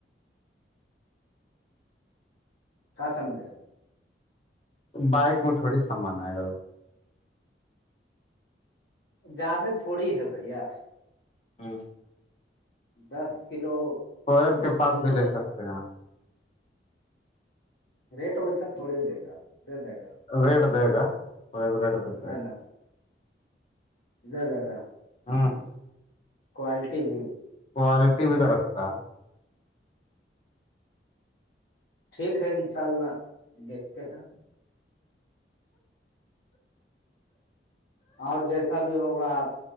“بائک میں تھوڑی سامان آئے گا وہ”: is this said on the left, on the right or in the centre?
Left